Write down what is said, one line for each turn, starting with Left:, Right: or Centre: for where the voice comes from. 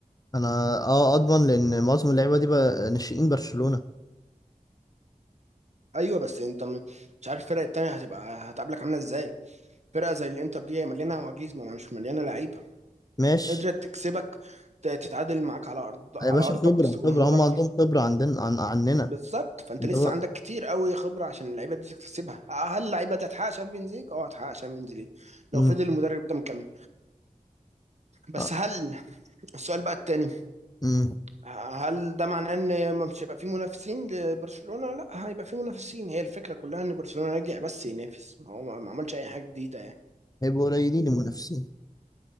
Left: أنا أه أضمن لأن معظم اللعيبة دي بقى ناشئين برشلونة
Right: ايوه بس انت م- مش عارف الفرق التانية هتبقى هتقابلك عاملة ازاي فرقة زي الانتر دي هي مليانة عواجيز ما مش مليانة لعيبة
Left: ماشي
Right: قدرت تكسبك ت- تتعادل معاك على ارض على
Left: يا باشا
Right: ارضك
Left: خبرة
Right: وسط جمهورك
Left: خبرة هم عندهم خبرة عندنا عن عننا
Right: بالظبط فانت
Left: أنت
Right: لسه
Left: بقى
Right: عندك كتير قوي خبره عشان اللعيبه دي تكتسبها هل اللعيبه دي هتحقق شامبيونز ليج اه هتحقق شامبيونز ليج لو
Left: أمم،
Right: فضل المدرب ده مكمل بس
Left: آه،
Right: هل <laughs> السؤال بقى التاني
Left: أمم.
Right: هل ده معناه ان مش هيبقى في منافسين لبرشلونه لا هيبقى في منافسين هي الفكره كلها ان برشلونه رجع بس ينافس ما هو ما عملش اي حاجه جديده يعني
Left: هيبقوا قليلين المنافسين